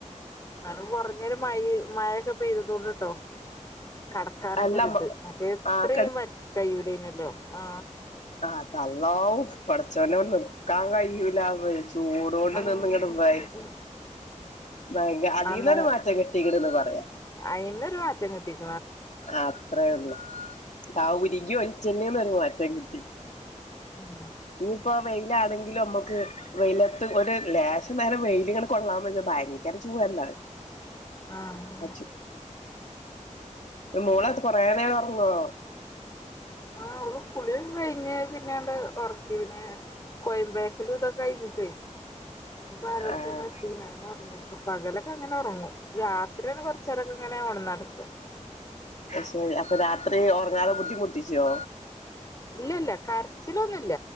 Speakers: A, on the left; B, on the left.
A: ഇന്നാലും കുറഞ്ഞര മഴ മഴൊക്കെ പെയ്തതൊണ്ട് ട്ടോ കടക്കാനൊക്കെ
B: അല്ല
A: ഒരുത്
B: മ
A: മറ്റേ ഇത്രയും
B: ആഹ്
A: കയ്യൂലെനി അല്ലോ ആ
B: ആ ത അവും <unintelligible> പഠച്ചോനെ ഒ നിർക്കാൻ കഴിയുല <unintelligible> ചൂടൊണ്ട്
A: ആഹ്
B: നിന്ന ഇങ്ങടും വെ
A: ശരി
B: ഭ അതി
A: ആന്നോ
B: ന്നരു മാറ്റം കിട്ടിടന്ന് പറയാ
A: അയിന്നൊരു മാറ്റം കിട്ടിക്കണ്
B: അത്രേ ഉള്ളൂ ആ ഉരികി ഒലി ജീനോര് മാറ്റം കിട്ടി
A: ഉം
B: ഇനിയിപ്പോ വെയിലാണെങ്കിലും നമ്മുക്ക് വെയിലത്ത് ഒരു ലേശം നേരം വെയിൽ ഇങ്ങനെ കൊള്ളാൻ വെച്ചാ ഭയങ്കര ചൂടല്ല
A: ആഹ്
B: അച്ച് ഉം മോളാത് കുറെ നേരം നടന്നോ
A: ആഹ് ഓള് കുളിയെല്ലാം കഴിഞ്ഞേ പിന്നെ ങ്ങോട്ട്‌ ഉറക്കി പിന്നെ കോയമ്പേക്കലും ഇതൊക്കെ കഴിഞ്ഞിട്ടേ ഇന്നപ്പോ ആരോടുത്തും
B: ആഹ്
A: കളിക്കില്ല കിടന്ന് ഉറങ്ങി പകലൊക്കെ അങ്ങനെ ഉറങ്ങും രാത്രിയാണ് കൊറച്ച് നേരൊക്കെ ഇങ്ങനെ ഉണന്ന് കിടക്കുക
B: ശരി അപ്പൊ രാത്രി ഉറങ്ങാതെ ബുദ്ധിമുട്ടി റ്റിച്ചോ
A: ഇല്ല ഇല്ല കരച്ചിലൊന്നുമില്ല